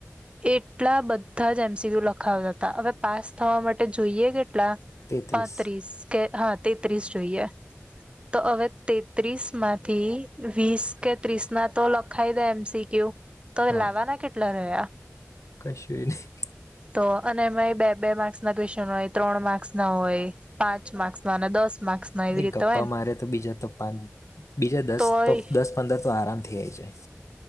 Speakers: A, on the right (about 20°); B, on the left (about 75°).
A: એટલા બધ. બ તો જ એમસીયુ લખાવતા હતા હવે પાસ થવા માટે જોઈએ કેટલા.
B: તેત્રીસ
A: પાત્રીસ કે. હા. તેત્રીસ જોોઈએ. તો હવે તેત્રીસ માંથી વીસ કે ત્રીસ ના તો લખાઈ દે એમસીક્યુ. તો
B: હા
A: લાવવાના કેટલા રહ્યા.
B: કશું નહી અરે
A: તો અને એમાં બે બે માર્ક્સ. ્ હોય ત્રણ માર્ક્સ ના હોય પાંચ માર્ક્સમાં દસ. માર્ક્સ ના એવી
B: અરે
A: રીતે
B: ગપ્પા
A: હોય ને
B: મારે તો બીજા તો પા બીજા દસ
A: તોય
B: તો દસ પંદર તો આરામ થ જાય જાય.